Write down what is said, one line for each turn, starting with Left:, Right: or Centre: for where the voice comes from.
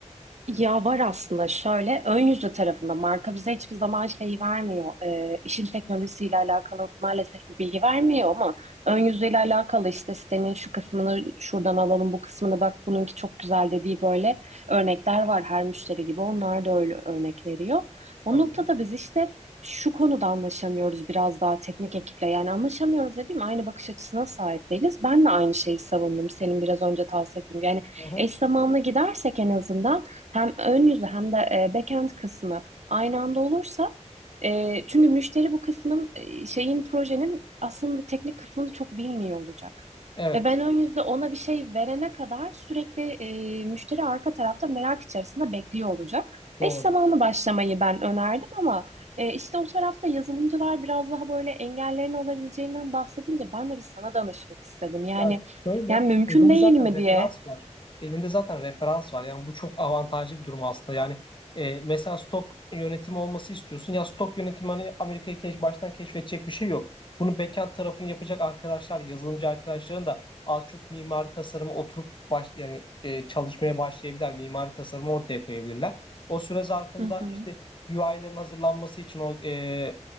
Right: Ya var aslında şöyle ön yüzlü tarafında marka bize hiçbir zaman şeyi vermiyor. Ee, işin teknolojisiyle alakalı maalesef bir bilgi vermiyor ama ön yüzüyle alakalı işte senin şu kısmını şuradan alalım bu kısmını bak bununki çok güzel dediği böyle örnekler var her müşteri gibi onlar da öyle örnek veriyor. O
Left: Tamam.
Right: noktada biz işte şu konuda anlaşamıyoruz biraz daha teknik ekiple yani anlaşamıyoruz dediğim aynı bakış açısına sahip değiliz. Ben de aynı şeyi savundum senin biraz önce tavsiye ettiğin gibi. yani
Left: Hı hı.
Right: eş zamanlı gidersek en azından hem ön yüzü hem de e, backend kısmı aynı anda olursa e, çünkü müşteri bu kısmın e, şeyin projenin aslında teknik kısmını çok bilmiyor olacak.
Left: Evet.
Right: Ve ben ön yüzde ona bir şey verene kadar sürekli e, müşteri arka tarafta merak içerisinde bekliyor olacak.
Left: Doğru.
Right: Eş zamanlı başlamayı ben önerdim ama e, işte o tarafta yazılımcılar biraz daha böyle engellerin olabileceğinden bahsedince
Left: Hı.
Right: ben de bir sana danışmak istedim. Yani
Left: Ya şöyle,
Right: yani mümkün
Left: elinde
Right: değil
Left: zaten
Right: mi
Left: referans
Right: diye.
Left: var. Elinde zaten referans var. Yani bu çok avantajlı bir durum aslında. Yani e, mesela stok yönetimi olması istiyorsun. Ya stok yönetimi hani Amerika'yı keş, baştan keşfedecek bir şey yok. Bunu backend tarafını yapacak arkadaşlar, yazılımcı arkadaşların da az çok mimari tasarıma oturup baş, yani e, çalışmaya başlayabilirler. Mimari tasarımı ortaya koyabilirler. O süre zarfında
Right: Hı hı.
Left: işte UI'ların hazırlanması için o e,